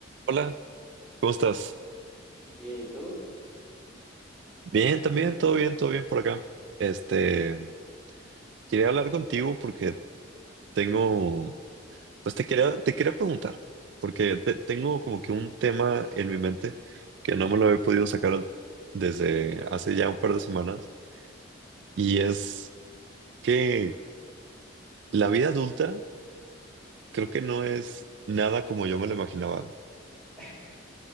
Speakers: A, on the right; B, in the centre.
A: Hola, ¿cómo estás?
B: Bien, ¿y tú?
A: Bien, también, todo bien, todo bien por acá. Este, quería hablar contigo porque tengo, pues te quería, te quería preguntar, porque te- tengo como que un tema en mi mente que no me lo he podido sacar desde hace ya un par de semanas, y es que la vida adulta creo que no es nada como yo me lo imaginaba.
B: <laughs>